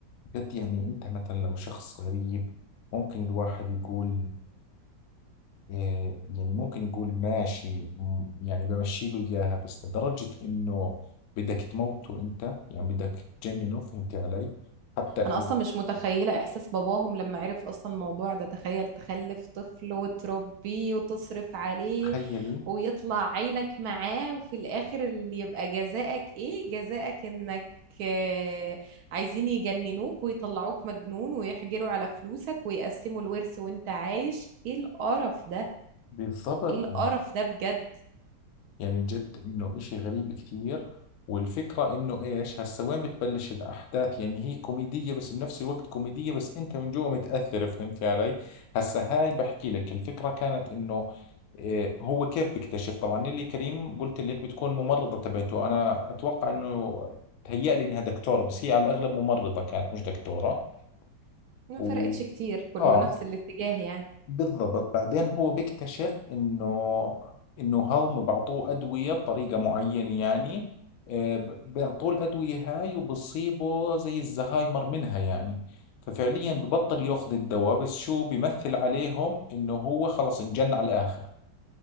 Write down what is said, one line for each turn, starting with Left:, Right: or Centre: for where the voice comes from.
Left: بجد يعني انت مثلا لو شخص غريب ممكن الواحد يقول آه، يعني ممكن يقول ماشي م- يعني بمشي له اياها بس لدرجة انه بدك تموته انت يعني بدك تجننه فهمتي علي حتى
Right: انا اصلا مش متخيله احساس باباهم لما عرف اصلا الموضوع ده تخيل تخلف طفل وتربيه وتصرف عليه
Left: تخيلي
Right: ويطلع عينك معاه وفي الاخر اللي يبقى جزاءك ايه جزاءك انك آه، عايزين يجننوك ويطلعوك مجنون ويحجروا على فلوسك ويقسموا الورث وانت عايش ايه القرف ده
Left: بالضبط
Right: ايه القرف ده بجد
Left: يعني جد انه اشي غريب كثير والفكرة انه ايش هسا وين بتبلش الاحداث يعني هي كوميدية بس بنفس الوقت كوميدية بس انت من جوا متأثر فهمت علي هسا هاي بحكي لك الفكرة كانت انه إيه هو كيف بيكتشف طبعا نيلي كريم قلت لك بتكون ممرضة تبعته انا اتوقع انه تهيأ لي انها دكتورة بس هي على الاغلب ممرضة كانت مش دكتورة
Right: ما
Left: و...
Right: فرقتش كتير كله
Left: اه
Right: نفس الاتجاه يعني
Left: بالضبط بعدين هو بيكتشف انه انه هم بعطوه ادويه بطريقه معينه يعني آه، ب- بيعطوه الادويه هاي وبصيبه زي الزهايمر منها يعني ففعليا ببطل ياخذ الدواء بس شو بيمثل عليهم انه هو خلص انجن على الاخر